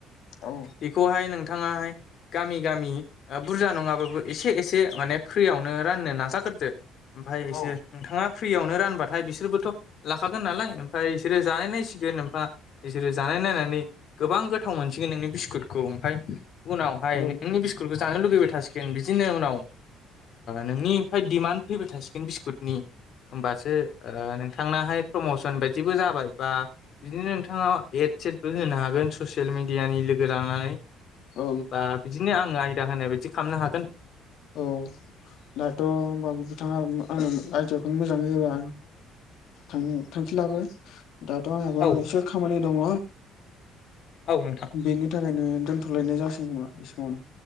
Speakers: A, on the left (about 70°); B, on the left (about 55°).
A: औ
B: बेखौहाय नोंथाङाहाय गामि गामि बुरजा नङाबाबो एसे एसे माने फ्रियावनो राननो न जाग्रोदो ओमफ्राय एसे
A: औ
B: नोंथाङा फ्रियावनो रानबाथाय बिसोरबोथ' लाखागोन नालाय ओमफफ्राय बिसोरो जानाय नायसिगोन ओफा बिसोर जानाय नायनानै गोबां गोथाव मोनसिगोन नोंनि बिस्कुटखौ ओमफ्राय उनावहाय
A: औ
B: नोंनि बिस्कुटखौ जानो लुुबैबाय थासिगोन सिकेन बिदिनो उनाव नोंनि फाय दिडमान्ड फैबाय थासिगोन बिस्कुटनि होमबासो नों नोंथांनोहाय प्रमसन बायदिबो जाबाय बा बिदिनो नोंथाङाव एड सेदबो होनो हागोन ससियेल मिडियानि लोगो लांनानै
A: औ
B: बा बिदिनो आङो आयदा होनाय बायदि खालामनो हागोन
A: औ दाथ' होनब बिथाङा आंनो आइदियाखौनो मोजाङै होबाय आनो थांखि लाबो दाथ' आंहाबो
B: औ
A: एसे खामानि दङ
B: औ नोंथां।
A: बेनि थाखायनो दोनथ'लायनाय जासिगन नामा इ समावनो